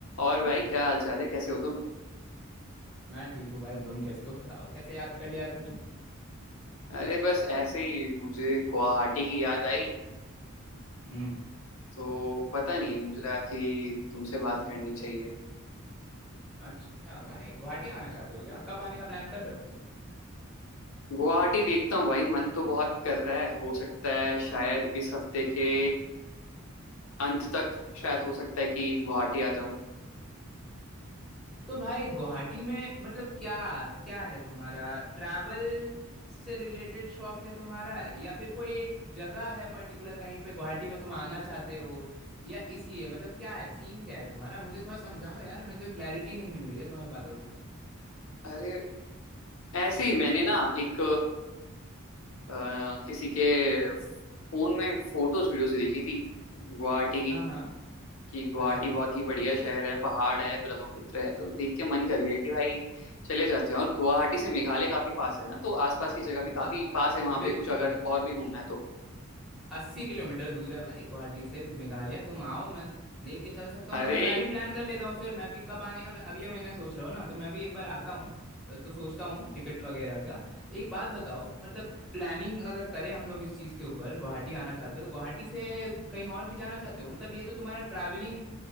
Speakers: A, on the left; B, in the centre.
A: और भाई क्या हाल चाल है कैसे हो तुम
B: मैं ठीक हूँ भाई तुम कैसे हो बताओ कैसे याद कर लिया आज मुझे
A: अरे बस ऐसे ही मुझे गुवाहाटी की याद आई
B: हम्म
A: तो पता नहीं मुझे लगा कि तुमसे बात करनी चाहिए
B: अच्छा भाई गुवाहाटी आना चाहते हो क्या कब आने का प्लान कर रहे हो
A: गुवाहाटी देखता हूँ भाई मन तो बहुत कर रहा है हो सकता है शायद इस हफ्ते के अंत तक शायद हो सकता है कि गुवाहाटी आ जाऊं
B: तो भाई गुवाहाटी में मतलब क्या क्या है तुम्हारा ट्रैवल से रिलेटेड शौक है तुम्हारा या फिर कोई एक जगह है पर्टिकुलर कहीं पे गुवाहाटी में तुम आना चाहते हो या इसलिए मतलब क्या है सीन क्या है तुम्हारा मुझे थोड़ा समझाओ यार मुझे क्लैरिटी नहीं मिल रही है तुम्हारी बातों से
A: अरे ऐसे ही मैंने ना एक अ, किसी के फोन में फोटोज वीडियोज देखी थी गुवाहाटी की
B: हाँ हाँ
A: कि गुवाहाटी
B: अच्छा
A: बहुत ही बढ़िया शहर है पहाड़ है ब्रह्मपुत्र है तो देख के मन कर गया कि भाई चले जाते हैं और गुवाहाटी से मेघालय काफी पास है ना तो आसपास की जगह भी काफी
B: अ-
A: पास है वहां पे
B: बिल्कुल
A: कुछ अगर और भी घूमना है तो
B: अस्सी किलोमीटर दूर है भाई गुवाहाटी से मेघालय तुम आओ मैं लेके चल सकता हूँ
A: अरे
B: तुम्हें मैं भी प्लान कर लेता हूँ फिर मैं भी कब आने का प्लान अगले महीने सोच रहा हूँ ना तो मैं भी एक बार आता हूँ अ, तो सोचता हूँ टिकट वगैरह का एक बात बताओ मतलब प्लानिंग अगर करें हम लोग इस चीज़ के ऊपर गुवाहाटी आना चाहते हो तो गुवाहाटी से कहीं और भी जाना चाहते हो मतलब ये तो तुम्हारा ट्रैवलिंग